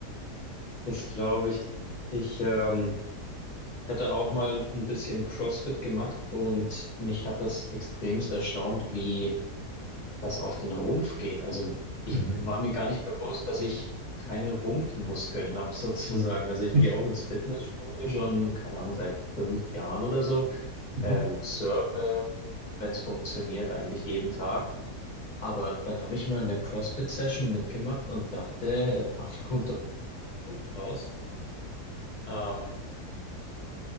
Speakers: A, on the left; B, on the right.
A: Das glaube ich. Ich ähm, hatte auch mal ein bisschen CrossFit gemacht und mich hat das extremst erstaunt, wie das auf den Rumpf geht. Also ich
B: Mhm.
A: war mir gar nicht bewusst, dass ich keine Rumpfmuskeln habe, <laughs> sozusagen. Also ich
B: <laughs>
A: gehe auch ins Fitnessstudio schon, keine Ahnung, seit fünf Jahren oder so.
B: Mhm.
A: Ähm, surfe, wenn es funktioniert, eigentlich jeden Tag. Aber dann habe ich mal eine CrossFit-Session mitgemacht und dachte, <laughs> auf gut Deutsch raus. Ähm,